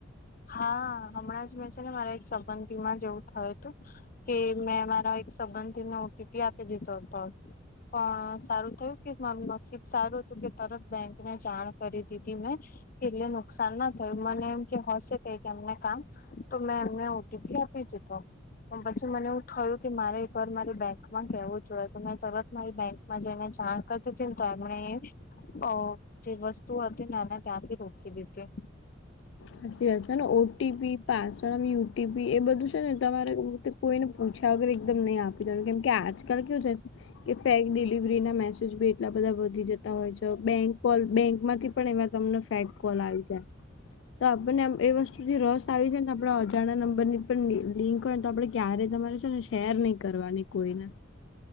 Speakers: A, on the left; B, on the left.
A: હા હમણાં જ મેં છે ને મારા એક સંબંધીમાં જ એવું થયું હતું કે મેં મારા એક સંબંધને ઓટીપી આપી દીધો હતો. પણ સારું થયું કે મા નસીબ સારું હતું કે તરત બેંકને જાણ કરી મેં એટલે નુકસાન ના થયું મને એમ કે હશે એમને કામ તો મેં એમને ઓટીપી આપી દીધો પછી મને એવું થયું કે મારે એક વાર મારે બેંકમાં કેવું જોઈએ તો મેં તરત મારી બેંકમાં જઈને જાણ કર દીધી ને તો એમણે અ જે વસ્તુ અ હતી નાના ત્યાં થી રોકી દીધી
B: હાચી વાત છે ને ઓટીપી પાસવર્ડમ યુટીપી એ બધું છે ને તમારે કોઈને પૂછ્યા વગર એકદમ નહીં આપી દેનું કેમ કે આજકાલ કેવું છે કે ફેગ ડિલિવરી ના મેસેજી એટલા બધા વધી જતા હોય છે બેંક કોલ બેંક માંથી પણ એમાં તમને ફેંક કોલ આવી જાય તો આપણને આમ એ વસ્તુથી રસ આવી જાય ને આપણા અજાણ નંબરની પણ લિંક હોય ને તો આપણે ક્યારે તમારે છે ને શેર નહી કરવાની કોઈને